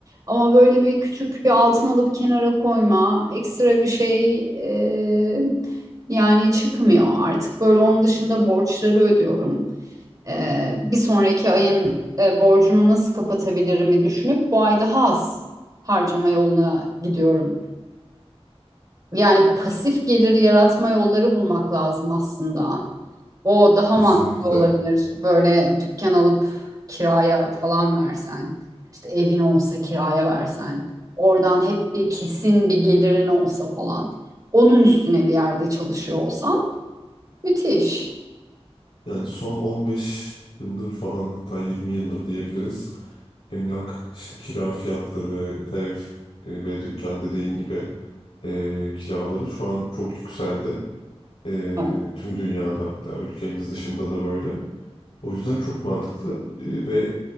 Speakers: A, on the right; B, on the left.
A: Ama böyle bir küçük bir altın alıp kenara koyma, ekstra bir şey e, yani çıkmıyor artık. Böyle onun dışında borçları ödüyorum. Ee, bir sonraki ayın e, borcunu nasıl kapatabilirimi düşünüp bu ay daha az harcama yoluna gidiyorum. Yani pasif gelir yaratma yolları bulmak lazım aslında. O daha
B: Kesinlikle.
A: mantıklı olabilir. Böyle dükkan alıp kiraya falan versen, işte evin olsa kiraya versen, oradan hep bir kesin bir gelirin olsa falan. Onun üstüne bir yerde çalışıyor olsan müthiş.
B: Yani son 15 yıldır falan hatta 20 yıldır diyebiliriz. Emlak, işte kira fiyatları, ev e, ve dükkan dediğin gibi e, kiraları şu an çok yükseldi. E,
A: Evet,
B: tüm dünyada hatta ülkemiz dışında da böyle. O yüzden çok mantıklı e, ve